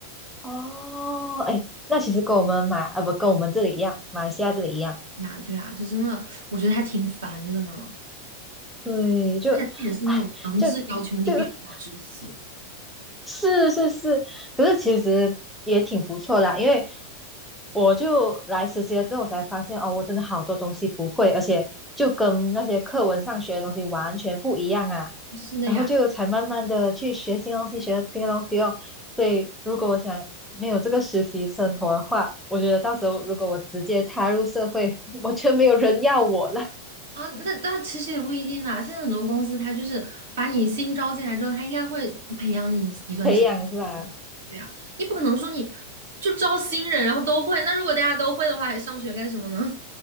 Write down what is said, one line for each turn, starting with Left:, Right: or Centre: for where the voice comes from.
Centre: 哦，哎，那其实跟我们马啊不跟我们这里一样，马来西亚这里一样，
Right: 呀。对啊，这真的我觉得还挺烦的呢，
Centre: 对，就
Right: 而且他也是那种强制要求你必须要知悉。
Centre: 哎就就 <laughs>。是是是，可是其实也挺不错啦，因为我就来实习了之后，我才发现哦，我真的好多东西不会，而且就跟那些课文上学的东西完全不一样啊。
Right: 是的呀，
Centre: 然后就才慢慢的去学新东西，学新的东西哦。所以如果我想没有这个实习生活的话，我觉得到时候如果我直接踏入社会，<laughs> 我觉得没有人要我了。
Right: 啊，那那其实也不一定啦。现在很多公司他就是把你新招进来之后，他应该会培养你一段时间。
Centre: 培养是吧？
Right: 对呀，你不可能说你就招新人然后都会，那如果大家都会的话，还上学干什么呢？